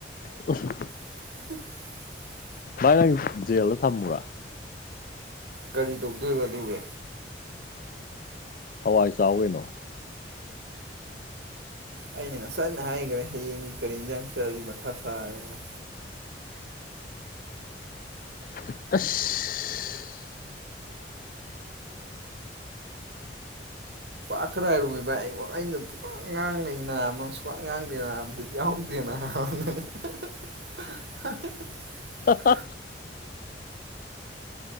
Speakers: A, on the left; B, on the right.
A: ꯀꯁ
B: <unintelligible>
A: ꯥꯏ ꯅꯪ ꯖꯦꯜꯗ ꯊꯝꯃ꯭ꯔꯥ
B: ꯀꯔꯤ ꯇꯧꯗꯣꯏꯕ ꯑꯗꯨꯒ
A: ꯍꯋꯥꯏ ꯆꯥꯎꯋꯅꯣ
B: ꯑꯩꯅ ꯉꯁꯥꯏ ꯑꯅ ꯍꯥꯏꯈ꯭ꯔꯦ ꯍꯌꯦꯡꯒꯤ ꯀꯔꯤ ꯌꯦꯟꯁꯥꯡ ꯆꯁꯤ ꯃꯊꯥ ꯁꯥꯔꯦꯅ
A: ꯑꯁ
B: ꯑꯈꯔꯔꯨꯃꯤꯕ ꯑꯩꯅ ꯄꯨ ꯉꯥꯡꯅ ꯃ ꯀ꯭ꯋꯥꯛ ꯉꯥꯡꯗꯦꯅ ꯕꯤꯠ ꯌꯥꯎꯍꯧꯗꯦꯅ ꯍꯥꯏꯕꯅꯦ <inaudible> <unintelligible>
A: ꯑ ꯍ